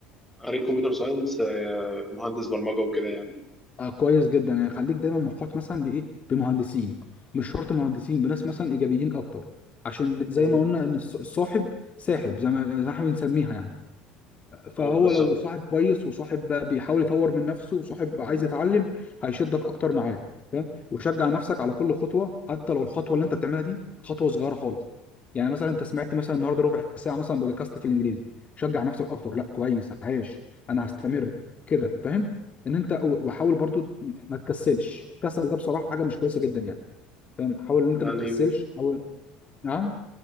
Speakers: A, in the centre; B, on the left (about 35°).
A: خريج كمبيوتر ساينس آه، مهندس برمجة وكده يعني
B: آه كويس جدا يعني خليك دايما محاط مثلا بايه بمهندسين مش شرط مهندسين بناس مثلا ايجابيين اكتر عشان زي
A: مم.
B: ما قلنا ان الص- الصاحب ساحب زي ما زي ما احنا بنسميها يعني فهو
A: أه بالظبط
B: لو صاحب كويس وصاحب بيحاول يطور من نفسه وصاحب عايز يتعلم هيشدك اكتر معاه فاهم وشجع نفسك على كل خطوه حتى لو الخطوه اللي انت بتعملها دي خطوه صغيره خالص يعني مثلا انت سمعت مثلا النهارده ربع ساعه مثلا بودكاست في الانجليزي شجع نفسك اكتر لا كويس عايش انا هستمر كده فاهم ان انت وحاول برضو ما تكسلش الكسل ده بصراحه حاجه مش كويسه جدا يعني فاهم حاول ان انت
A: يعني
B: ما تكسلش حاول نعم